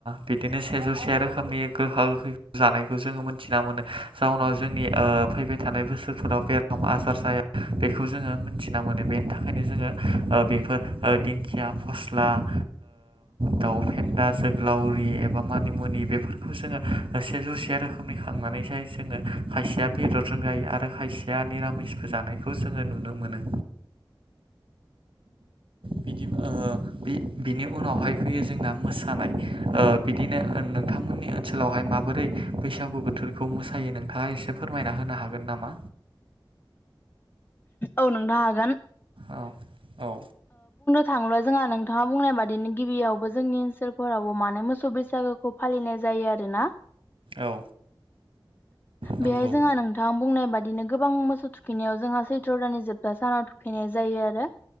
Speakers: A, on the right (about 85°); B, on the left (about 25°).
A: बिदिनो सेजौ से रोखोमनि गोखा गोखै जानायखौ जोङो मोनथिना मोनो जाहनाव जोंनि ओ फैबाय थानाय बोसोरफोराव बेराम आजार जाया बेखौ जोङो मोनथिना मोनो बेनि थाखायनो जोङो ओ बेफोर ओ दिंखिया, फस्ला ओ दाउ फेन्दा जोग्लावरि एबा मानिमुनि बेफोरखौ जोङो सेेजौसे रोखोमनि खांनानै जायो। जोङो खायसेया बेदर जायो आरो खायसेया निरामिसबो जानायखौ जोङो नुनो मोनो।
B: <inaudible>
A: बिदि ओ बि बिनि उनावहाय फैयो जोंना मोसानाय ओ बिदिनो नोंथांमोननि ओनसोलावहाय माबोरै बैसागु बोथोरखौ मोसायो नोंथाङा एसे फोरमायना होनो हागोन नामा?
B: औ नोंथां हागोन।
A: औ औ।
B: थांब्ला जोंहा नोंथाङा बुंनाय बादिनो गिबियावबो जोंनि ओनसोलफोरावबो मानो मोसौ बैसागोखौ फालिनाय जायो आरोना
A: औ नंगौ
B: बेहाय जोंहा नोंथां बुंनाय बादि बिदिनो गोबां मोसौ थुखैनायाव जा सैथ्र' दानि जोबथा सानाव थुखैनाय जायो आरो